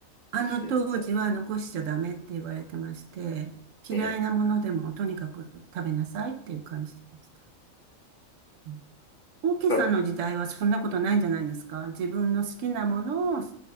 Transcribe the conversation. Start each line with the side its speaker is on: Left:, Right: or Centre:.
Right: あの当時は残しちゃダメって言われてまして、
Left: ですよね。
Right: 嫌いなものでもとにかく食べなさいっていう感じでした。
Left: ええ
Right: うんオーケーさんの時代はそんなことないんじゃないですか自分の好きなものを好
Left: なんか